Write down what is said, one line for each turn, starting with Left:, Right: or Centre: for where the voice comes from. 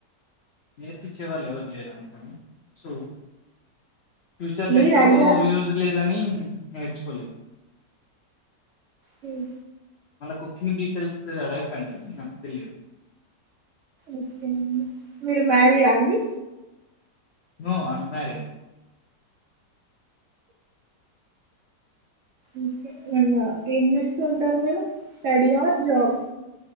Left: నేర్పిచే వాళ్ళు ఎవరు లేరు అందుకని సో ఫ్యూచర్ లో
Right: మీరు
Left: ఎట్లాగో
Right: అడిగా
Left: యూజ్ లేదని ఉమ్ నేర్చుకోలేదు
Right: మ్మ్
Left: మన కుకింగ్ డీటెయిల్స్ అడగకండి నాకు తెలిదు
Right: ఓకే మీరు మ్యారిడా అండి
Left: నో అన్ మ్యారీడ్
Right: ఓకే <inaudible> ఏం చేస్తుంటారు మీరు స్టడీ అర్ జాబ్